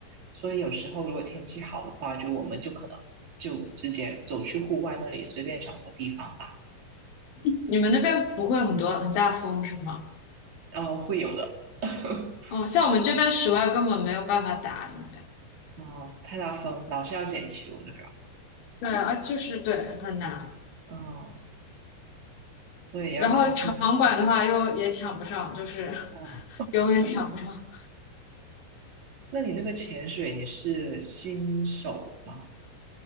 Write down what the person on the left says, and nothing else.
你们那边不会很多很大风是吗？
嗯，像我们这边室外根本没有办法打，因为
对啊，就是对很难。
然后场馆的话又也抢不上，就是 <laughs>
永远抢不上。